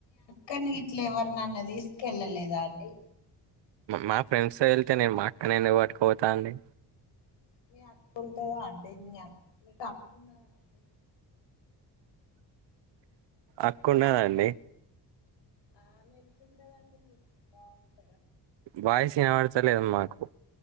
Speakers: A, on the left; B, on the right.
A: కానీ ఇట్లా ఎవర్నైనా తీసుకెళ్ళలేదా అండి
B: మా ఫ్రెండ్స్ వెళ్తే నేను మా అక్కని ఎందుకుపాటుకుపోతాండి
A: మీ అక్కు ఉంటందా అండి మీ మీకు అక్క ఉన్నదా అండి
B: అక్కునదండి
A: ఆమెట్లుంటదండి మీకు బొంటద
B: వయిస్ వినబతలేద్ మాకు